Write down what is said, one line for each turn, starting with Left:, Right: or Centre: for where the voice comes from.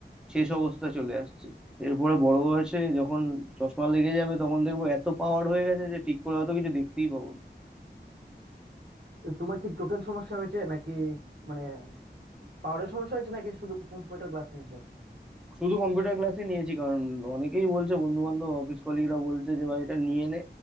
Centre: শেষ অবস্থা চলে আসছে এরপরে বড় বয়সে যখন চশমা লেগে যাবে তখন দেখবো এত পাওয়ার হয়ে গেছে যে ঠিক করে হয়তো কিছু দেখতেই পাবো না
Right: তো তোমার কি চোখের সমস্যা হয়েছে নাকি মানে পাওয়ারের সমস্যা হয়েছে নাকি শুধু কম্পিউটার ক্লাস নিয়েছো
Centre: শুধু কম্পিউটার ক্লাসই নিয়েছি কারণ অনেকেই বলছে বন্ধু বান্ধব অফিস কলিগরা বলছে যে ভাই এটা নিয়ে নে